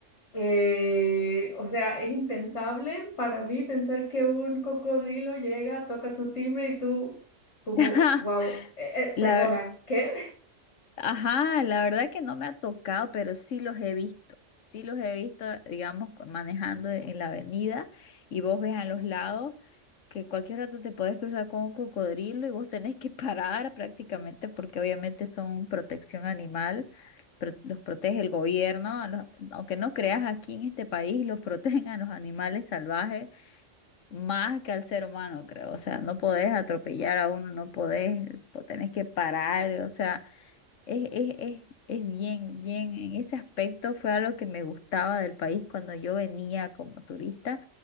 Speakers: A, on the left; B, on the left.
A: Eh, o sea, es impensable para mí pensar que un cocodrilo llega, toca tu timbre y tú como,
B: <laughs> Ajá,
A: wow,
B: la,
A: perdona, ¿qué?
B: ajá, la verdad que no me ha tocado, pero sí los he visto. Sí los he visto, digamos, co- manejando en la avenida y vos ves a los lados que cualquier rato te podés cruzar con un cocodrilo y vos tenés que <laughs> parar prácticamente porque obviamente son protección animal, pro- los protege el gobierno, a los- aunque no creas aquí en este país, los <laughs> protegen a los animales salvajes más que al ser humano, creo. O sea, no podés atropellar a uno, no podés, po- tenés que parar, o sea Es, es, es, es bien, bien, en ese aspecto fue algo que me gustaba del país cuando yo venía como turista,